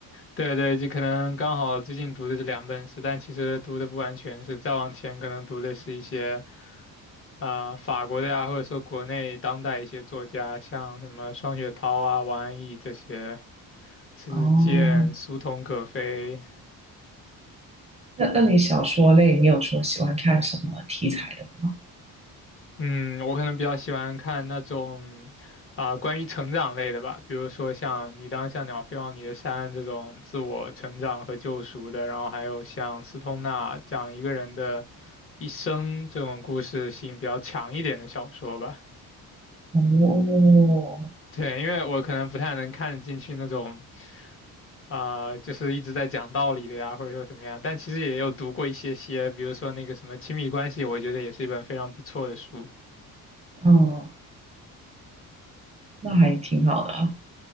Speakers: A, on the left; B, on the right.
A: 对对，就可能刚好最近读的这两本是，但其实读的不完全是，再往前可能读的是一些啊、法国的呀，或者说国内当代一些作家，像什么双雪涛啊、王安忆这些，迟子建、
B: 哦，
A: 苏童可飞。
B: 那那你小说类，你有说喜欢看什么题材的吗？
A: 嗯，我可能比较喜欢看那种啊、关于成长类的吧，比如说像《你当像鸟飞往你的山》这种自我成长和救赎的，然后还有像斯通纳讲一个人的一生这种故事性比较强一点的小说吧。
B: 哦，
A: <laughs> 对，因为我可能不太能看得进去那种啊、就是一直在讲道理的呀，或者说什么样，但其实也有读过一些些，比如说那个什么《亲密关系》，我觉得也是一本非常不错的书。
B: 嗯，那还挺好的啊。